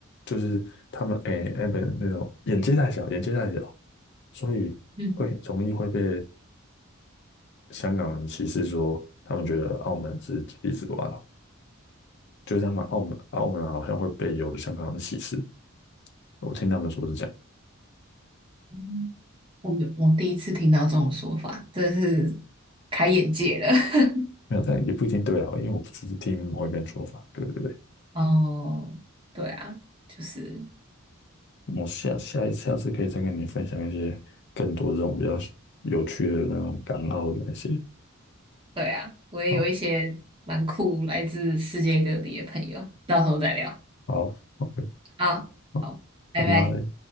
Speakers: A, on the left (about 50°); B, on the right (about 25°).
A: 就是他们诶那边那种眼界太小，眼界太小，所以会容易会被
B: 嗯
A: 香港人歧视说他们觉得澳门是井底之蛙了，就是他们澳门澳门好像会被有的香港人歧视，我听他们说是这样。
B: 嗯，嗯我没有我第一次听到这种说法，真的是开眼界了。<laughs>
A: 没有，但也不一定对啊，因为我只是听某一边说法。对对对，
B: 哦，对啊，就是
A: 我下下一下次可以再跟你分享一些更多这种比较有趣的那种港澳的那些。
B: 对啊，我也有一些蛮酷来自世界各地的朋友，
A: 好，
B: 到时候再聊。
A: 好，OK，
B: 好，
A: 好，
B: 好，拜拜。
A: 拜拜。